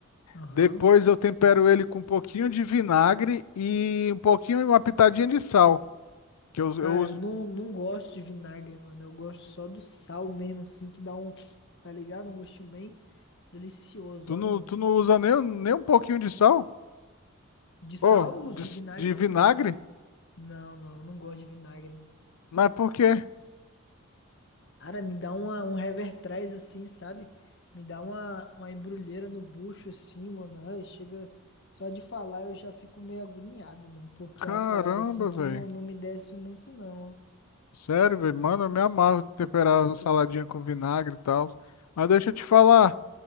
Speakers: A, on the left (about 55°); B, on the left (about 90°).
A: Aham.
B: Depois eu tempero ele com um pouquinho de vinagre e um pouquinho, uma pitadinha de sal. Que eu,
A: Cara,
B: eu uso.
A: eu não, não gosto de vinagre, mano. Eu gosto só do sal mesmo, assim, que dá um, tá ligado? Um gostinho bem delicioso,
B: Tu
A: ó,
B: não,
A: mano.
B: tu não usa nem, nem um pouquinho de sal?
A: De sal,
B: Ô, de,
A: os de
B: s-
A: vinagre,
B: de vinagre?
A: não. Não, não, não gosto de vinagre, mano.
B: Mas por quê?
A: Cara, me dá uma, um revertrás assim, sabe? Me dá uma, uma embrulheira no bucho assim, mano. Ai, chega. Só de falar eu já fico meio agoniado, mano. Porque
B: Caramba,
A: é uma parada assim que
B: velho.
A: não, não me desce muito, não. ó.
B: Sério, velho. Mano, eu me amarro em temperar saladinha com vinagre e tal. Mas deixa eu te falar.